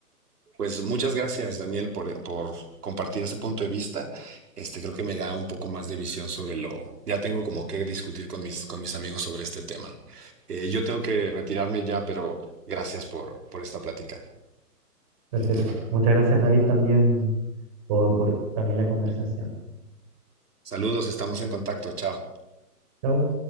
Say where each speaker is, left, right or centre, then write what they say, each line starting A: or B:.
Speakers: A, on the right (about 75°); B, on the right (about 20°).
A: Pues muchas gracias, Daniel, por, por compartir ese punto de vista. Este, creo que me da un poco más de visión sobre lo. Ya tengo como que discutir con mis, con mis amigos sobre este tema. Eh, yo tengo que retirarme ya, pero gracias por, por esta plática.
B: Perfecto. Muchas gracias, David, también por, por también la conversación.
A: Saludos, estamos en contacto. Chao.
B: Chao.